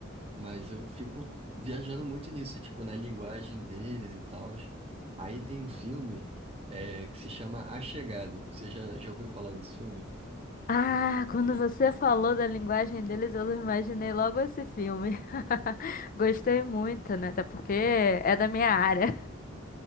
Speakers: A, on the right (about 30°); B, on the left (about 45°).
A: Mas eu fico viajando muito nisso, tipo, na linguagem deles e tal. Aí tem um filme é, que se chama A Chegada. Você já, já ouviu falar desse filme?
B: Ah, quando você falou da linguagem deles, eu imaginei logo esse filme. <laughs> Gostei muito, né? Até porque é da minha área.